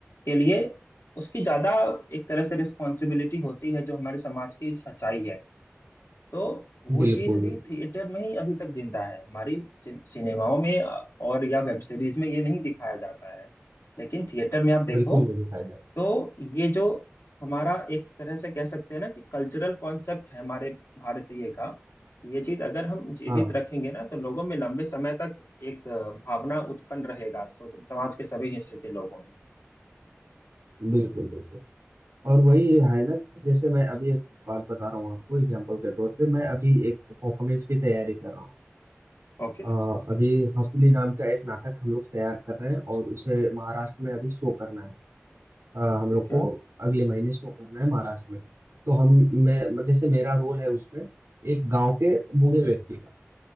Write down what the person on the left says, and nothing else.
के लिए उसकी ज्यादा एक तरह से रिस्पॉन्सिबिलिटी होती है जो हमारे समाज की सच्चाई है तो वो
चीज
भी थिएटर में ही अभी तक जिंदा है हमारी सिन- सिनेमाओं में अ, और या वेब सीरीज में ये नहीं दिखाया जाता है लेकिन थिएटर में आप देखो
तो ये जो हमारा एक तरह से कह सकते हैं ना कि कल्चरल कॉन्सेप्ट है हमारे भारतीय का ये चीज अगर हम जीवित
रखेंगे ना तो लोगों में लंबे समय तक एक अ, भावना उत्पन्न रहेगा सो, समाज के सभी हिस्से के लोगों में
ओके
ठीक
है